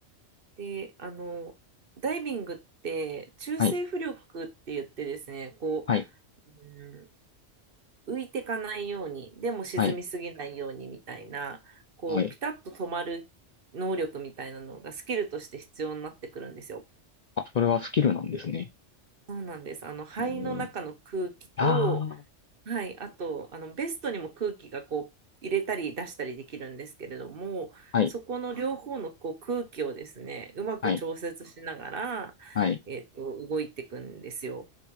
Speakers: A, on the right; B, on the left.
A: で、あの、ダイビングって中性浮力って言ってですね、
B: はい。
A: こ
B: はい。
A: う、うん浮いてかないように、でも沈みすぎないようにみたいな、
B: はい。
A: こう、
B: はい。
A: ピタッと止まる能力みたいなのがスキルとして必要になってくるんですよ。
B: あ、それはスキルなんですね。
A: そうなんです。あの肺の中の空気と
B: ええああ、
A: はい、あと、あの、ベストにも空気がこう、入れたり出したりできるんですけれども、
B: はい。
A: そこの両方のこう空気をですね、うまく調節しながら、
B: はい。はい。
A: えっと、動いていくんですよ。